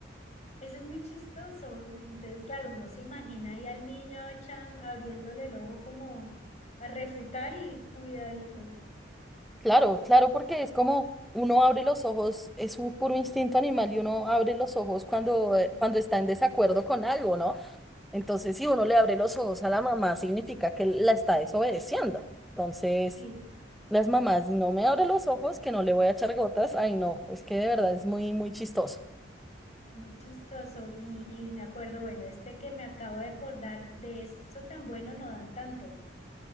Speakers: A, on the left; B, in the centre.
A: eso es muy chistoso. Y Entonces, claro, uno se imagina ahí al niño echan, abriéndole el ojo como a refutar y cuidadito.
B: Claro, claro, porque es como uno abre los ojos, es un puro instinto animal y uno abre los ojos cuando,
A: Y con-
B: eh, cuando está en desacuerdo con algo, ¿no? Entonces, si uno le abre los ojos a la mamá, significa que la está desobedeciendo. Entonces,
A: Sí,
B: las mamás, no me abre los ojos, que no le voy a echar gotas. Ay, no, es que de verdad es muy, muy chistoso.
A: muy chistoso. Y, y me acuerdo, bueno, este que me acabo de acordar, de eso tan bueno no dan tanto.